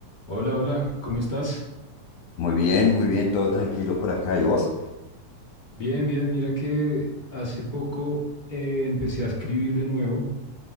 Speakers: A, on the left; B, on the left.
A: Hola, hola, ¿cómo estás?
B: Muy bien, muy bien, todo tranquilo por acá. ¿Y vos?
A: Bien, bien, mira que hace poco eh, empecé a escribir de nuevo